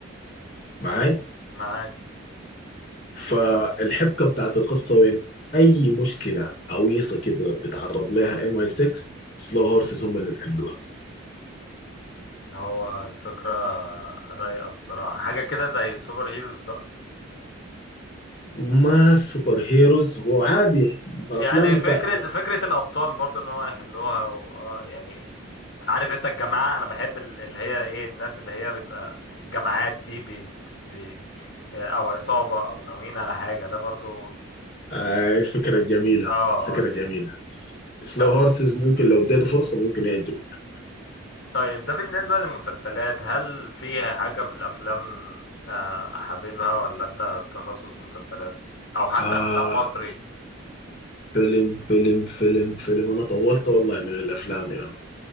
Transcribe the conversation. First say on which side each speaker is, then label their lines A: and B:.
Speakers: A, on the left; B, on the left.
A: معاي
B: معاك
A: فالحبكه بتاعت القصه وين اي مشكله عويصه كده بتعرض لها ام اي 6 سلو هورسز هم اللي بيحلوها
B: هو الفكرة رايقة بصراحة حاجة كده زي سوبر هيروز بقى
A: ما سوبر هيروز هو عادي
B: يعني
A: افلام بتاع
B: فكرة فكرة الأبطال برضو إن هو يحلوها و... آه يعني عارف أنت الجماعة أنا بحب ال- اللي هي إيه الناس اللي هي بيبقى جماعات دي بي... بي... أو عصابة أو ناويين على حاجة ده برضو
A: آه فكره جميله
B: اه
A: فكره
B: آه،
A: جميله
B: دي
A: سلو
B: ده-
A: هورسز ممكن لو اديته فرصه ممكن يعجبك
B: طيب ده بالنسبة للمسلسلات هل في حاجة في الأفلام آه، حاببها ولا أنت تخصص مسلسلات أو حتى
A: آه
B: أفلام مصري
A: فيلم فيلم فيلم فيلم انا طولت والله من الافلام يا ما.